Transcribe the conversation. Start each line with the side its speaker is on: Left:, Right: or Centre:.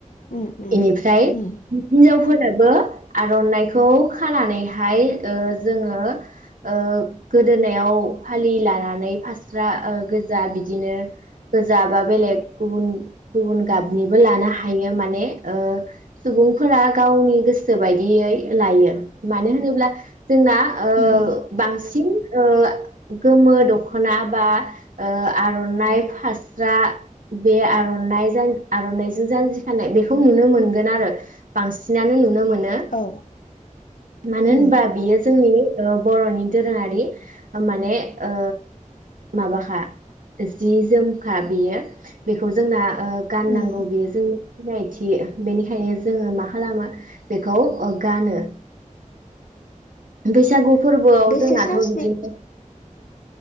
Left: उम
Right: एनिफ्राय
Left: उम
Right: हिनजावफोर <unintelligible> ओ आरनाइखौ खानानैहाय ओ जोङो ओ गोदोनायाव फालि लानानै फास्रा रा ओ गोजा बिदिनो गोजा बा बेलेग गुबुन गुबुन गाबनिबो लानो हायो माने ओ सुबुंफोरा गावनि गोसो बायदियै लायो मानो होनोब्ला जोंना ओ
Left: उम
Right: बांसिन ओ गोमो दखना बा ओ आरनाइ फास्रा बे आरनाइ आरनाइजों जानजि खानाय बेखौ नुनो मोनगोन आरो बांसिनानो नुनो मोन <unintelligible> मानो
Left: औ
Right: होनबा
Left: उम
Right: बियो जोंनि औ बर'नि दोरोङारि माने ओ माबाखा जि जोमखा बेयो बेखौ जोंना ओ गाननांगौ
Left: उम
Right: बेयो जों सिनायथि बेनिखायनो जोङो मा खालामो बेखौ ओ गानो बैसागु फोरबोआव
Left: बेसे
Right: जोंनाथ
Left: सान
Right: बिदिनो
Left: स्नि